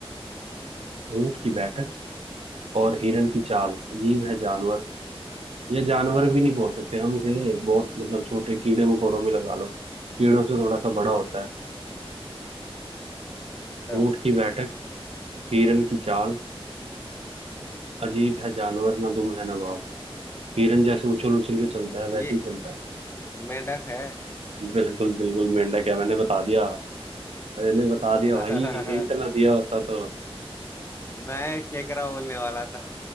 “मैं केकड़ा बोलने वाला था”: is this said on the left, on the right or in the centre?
Left